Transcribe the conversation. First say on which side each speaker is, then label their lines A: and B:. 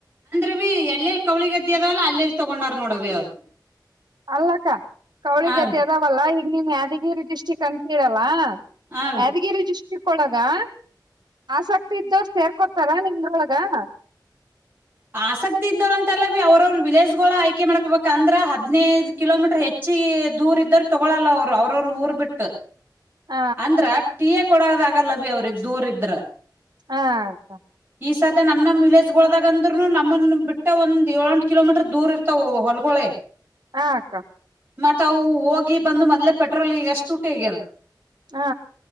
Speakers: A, on the right (about 25°); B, on the right (about 65°).
A: <unintelligible> ಎಲ್ಲೆಲ್ಲಿ ಕೌಳಿಗೆದ್ದಿ ಅದವಲ್ಲ ಅಲ್ಲೆಲ್ಲಿ ತಗೊಂಡಾರ ನೋಡವಿ ಅವ್ರು.
B: ಅಲ್ಲಕ್ಕ ಕೌಳಿ
A: ಹಾವಿ
B: ಗದ್ದ ಅದಾವಲ್ಲ ಈ ನಿಮ್ ಯಾದಗಿರಿ ಡಿಸ್ಟ್ರಿಕ್ಟ್ <unintelligible> ಅಂತೀರಲ್ಲ.
A: ಹಾವಿ.
B: ಯಾದಗಿರಿ ಡಿಸ್ <unintelligible> ಕ್ಕೊಳಗ <unintelligible> ಆಸಕ್ತಿ ಇದ್ದವರು ಸೇರ್ಕೊಡ್ತಾರ ನಿಂಗೊಳಗ <unintelligible>
A: ಆಸಕ್ತಿ ಇದ್ದವ್ರ ಅಂತೆಲ್ಲಾವಿ ಅವ್ರವರು ವಿಲೇಜ್ಗಳು ಆಯ್ಕೆ ಮಾಡ್ಕೋಬೇಕ್ ಆಗೋದ್ ತಂದ್ರ ಹದ್ನೈದು ಕಿಲೋಮೀಟರ್ ಹೆಚ್ಚಿ ದೂರ ಇದ್ದ್ರ <unintelligible> ತಗೊಳಲ್ಲ ಅವ್ರು ಅವ್ರವರು ಊರ್ ಬಿಟ್ಟು.
B: ಹ
A: ಅಂದ್ರ ಟೀಯ ಕೊಡದ <unintelligible> ಆಗಲ್ಲವಿ ಅವ್ರಿಗೆ ದೂರ ಇದ್ರ.
B: ಹಾ <unintelligible>
A: ಈ ಸಧ್ಯ ನಮ್ ನಮ್ ವಿಲೇಜ್ಗಳೋದಾಗ ಅಂದ್ರೂನು ನಮ್ಮನ್ ಬಿಟ್ಟ ಒಂದ್ ಏಲೆಂಟ್ ಕಿಲೋಮೀಟರ್ ದೂರ ಇರ್ತಾವ ಹೊಲ್ಗೊಳೆ
B: ಹಾ ಅಕ್ಕಾ
A: ಮತ್ ಅವು ಹೋಗಿ ಬಂದು ಮೊದ್ಲೆ ಪೆಟ್ರೋಲ್ಗ ಎಷ್ಟು ದುಡ್ಡ್ಹಗವೇ <unintelligible>
B: ಹಾ